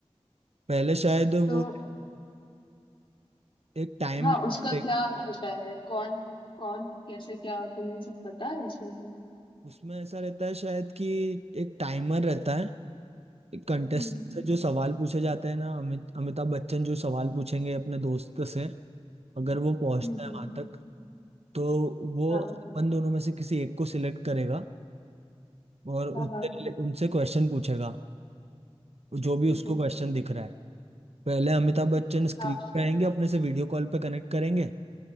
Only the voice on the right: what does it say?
पहले शायद
वो एक टाइम
लिमिट
उसमें ऐसा रहता है शायद कि एक टाइमर रहता है कंटेस्ट
से जो सवाल पूछे जाते हैं ना अमित अमिताभ बच्चन जो सवाल पूछेंगे अपने दोस्त से अगर वो पहुंचता
है
वहां तक तो वो
अपन दोनों में से किसी एक को सिलेक्ट करेगा और उनसे
उनसे क्वेश्चन पूछेगा जो भी
उसको
क्वेश्चन दिख रहा है पहले अमिताभ बच्चन स्क्रीन
पे आएंगे अपने से वीडियो कॉल पे कनेक्ट करेंगे